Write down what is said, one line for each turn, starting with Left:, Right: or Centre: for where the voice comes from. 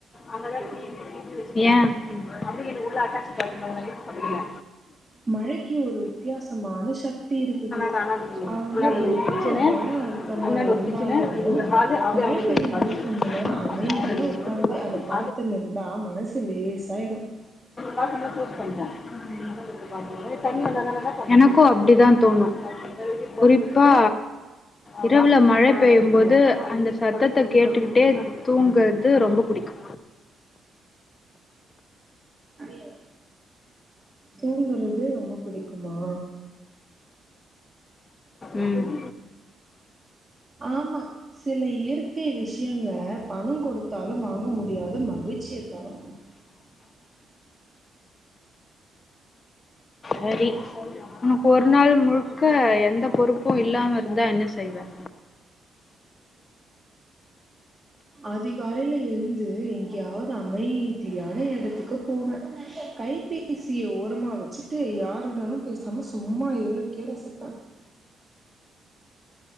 Left: அங்கதான் டிவி ஃபிர்ஜி வச்சிருக்கோ ஏன் அப்டியே உள்ள ஹட்டாச் பாத்ரூம் அத நாங்க யூஸ் பண்றதில்ல
Right: மழைக்கு ஒரு வித்தியாசமான சக்தி இருக்குது
Left: சாமிரூம் இன்னான்டா
Right: அவ்
Left: ஒரு
Right: எவ்வளவு
Left: கிச்சனு
Right: மழை அழுத்தமா
Left: அன்னான்ட
Right: இருந்தாலும்
Left: ஒரு கிச்சனு இது ஒரு ஹாலு அப்டியே
Right: மழை
Left: அங்க
Right: பெய்யும்
Left: ஒரு பாத்ரூம்
Right: போது கொஞ்ச நேரம் அமைதியா
Left: <inaudible>
Right: உட்காந்து அத பார்த்துன்னு இருந்தா மனசு லேசாயிடு
Left: பாத்ரூம்ல குளோஸ் பண்டேன் <unintelligible> எனக்கு அப்டிதான் தோணும் குறிப்பா இரவுல மழ பெய்யும் போது அந்த சத்தத்த கேட்டுக்கிட்டே தூங்குறது ரொம்ப பிடிக்கும்
Right: ஏ தூங்குறது ரொம்ப பிடிக்குமா
Left: உம்
Right: ஆமா சில இயற்கை விஷயங்க பணம் கொடுத்தாலு வாங்க முடியாத மகிழ்ச்சிய தரு
Left: <unintelligible> சேரி ஒரு நாள் முழுக்க எந்த பொறுப்பு இல்லாம இருந்தா என்ன செய்வ
Right: அதிகாலையில எழுந்து எங்கயாவது அமைதியான எடத்துக்கு போவேன் கைப்பே சிய ஓரமா வச்சுட்டு யாருடனும் பேசாம சும்மா இருக்கிற செத்தா